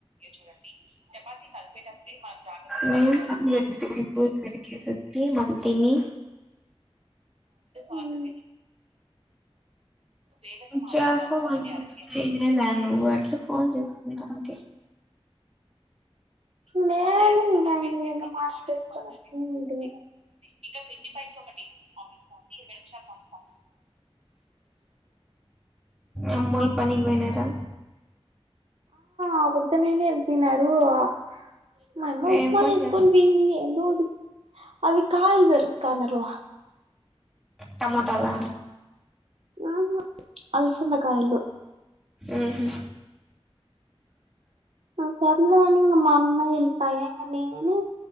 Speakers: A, on the right; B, in the centre.
A: చూడండి చపాతి కలిపేటప్పుడే మనం జాగ్రత్తగా
B: మేము
A: కలుపుకోవాలి మా <inaudible>
B: వెతికి పూలు పెరికేసి వచ్చి మరి తిని
A: ఊమ్ వేదతో మాత్రమం
B: చేస్తాం
A: కప
B: అనుకుంటే
A: అరచ <inaudible>
B: చేయనేలా నువ్వు అట్లా ఫోన్ చేసుకుంటా ఉంటి
A: నేను ఇంగ నిన్న మా <inaudible>
B: అమ్మొళ్ళు పనికి పోయినారా
A: ఆ పొద్దున్నేనె వెళ్లిపోయినారు ఆ మాయమ్మ ఉప్మా
B: ఏం పని
A: చేసుకొని
B: చేస్తున్నారు
A: పోయింది ఏందో అవి కాయలు పెరకతాన్నరు
B: టమోటలా
A: ఆహ అల్సంద కాయలు
B: ఊహు
A: సర్లే అని ఇంగ మా అన్న వెళ్లి పాయ ఇం నేనే